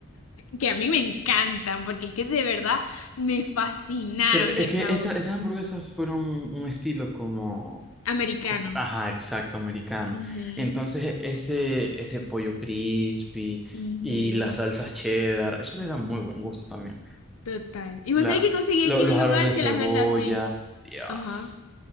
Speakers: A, on the left; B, in the centre.
A: Que a mí me encantan, porque es que de verdad me fascinaron,
B: Pero es
A: Hexau.
B: que esa- esas hamburguesas fueron un estilo como,
A: Americano.
B: ajá, exacto, americano.
A: Ujú,
B: Entonces, ese, ese pollo crispy
A: ujú.
B: y las salsas cheddar, eso le da muy buen gusto también.
A: Total. Y vos
B: La,
A: sabés que conseguí
B: lo-
A: aquí
B: los
A: un
B: aros
A: lugar
B: de cebolla,
A: que las vende así.
B: Dios.
A: Ajá.